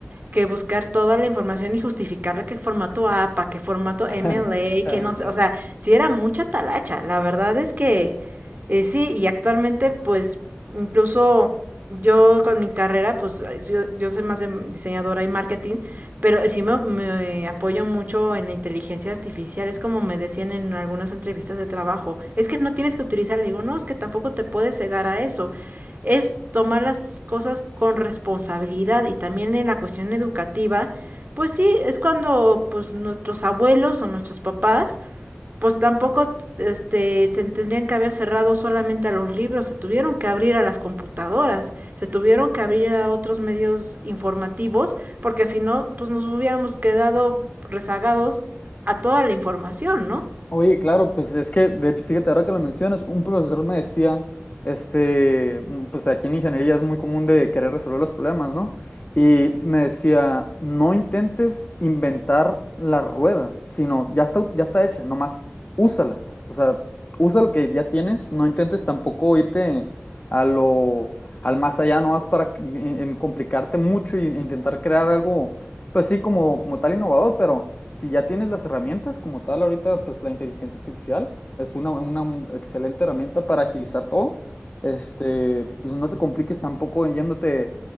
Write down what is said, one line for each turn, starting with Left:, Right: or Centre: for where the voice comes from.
Right: que buscar toda la información y justificarle qué formato APA, qué formato
Left: <laughs>
Right: MLA,
Left: Claro,
Right: que no
Left: claro.
Right: sé, o sea, sí era mucha talacha. La verdad es que eh, sí, y actualmente pues incluso yo con mi carrera, pues eh, yo, yo soy más de diseñadora y marketing, pero sí me, me apoyo mucho en la inteligencia artificial. Es como me decían en algunas entrevistas de trabajo, es que no tienes que utilizar, le digo, no, es que tampoco te puedes cegar a eso es tomar las cosas con responsabilidad y también en la cuestión educativa, pues sí, es cuando pues nuestros abuelos o nuestros papás pues tampoco este, tendrían que haber cerrado solamente a los libros, se tuvieron que abrir a las computadoras, se tuvieron que abrir a otros medios informativos, porque si no, pues nos hubiéramos quedado rezagados a toda la información, ¿no?
Left: Oye, claro, pues es que, de hecho, fíjate, ahora que lo mencionas, un profesor me decía, este, mm, pues aquí en ingeniería es muy común de querer resolver los problemas, ¿no? Y me decía, no intentes inventar la rueda, sino ya está, ya está hecha, nomás úsala. O sea, usa lo que ya tienes, no intentes tampoco irte a lo, al más allá, nomás para eh, eh, complicarte mucho y- e intentar crear algo pues sí, como, como tal innovador, pero si ya tienes las herramientas, como tal ahorita, pues la inteligencia artificial es una, una excelente herramienta para agilizar todo. Este, pues no te compliques tampoco yéndote